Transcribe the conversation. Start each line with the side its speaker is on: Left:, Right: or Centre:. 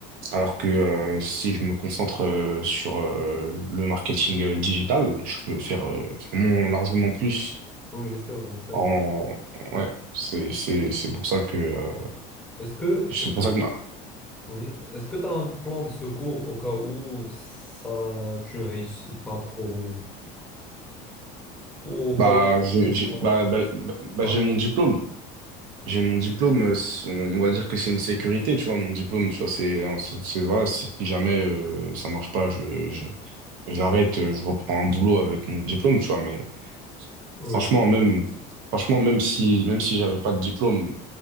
Right: Alors que euh, si je me concentre euh, sur euh, le marketing euh, digital, je peux faire euh, vraiment largement plus
Centre: Oui, c'est vrai, c'est
Right: en
Centre: vrai.
Right: ouais, c'est c'est c'est pour ça que euh,
Centre: Est-ce que,
Right: c'est
Centre: est-ce
Right: pour
Centre: que
Right: ça que bah,
Centre: Oui. Est-ce que tu as un plan de secours au cas où ça, tu ne réussis pas trop ou au cas
Right: bah
Centre: où
Right: je-
Centre: du jour
Right: j'ai
Centre: au lendemain,
Right: bah, bah, bah, bah,
Centre: ça,
Right: j'ai
Centre: va.
Right: mon diplôme. J'ai mon diplôme, euh, c'est- on va dire que c'est une sécurité, tu vois, mon diplôme, tu vois, c'est un- c'est voilà, si si jamais euh, ça marche pas, je, je- j'arrête, euh, je reprends un boulot avec mon diplôme, tu vois, mais
Centre: oui,
Right: Franchement, même, franchement, même si, même si j'avais pas de diplôme,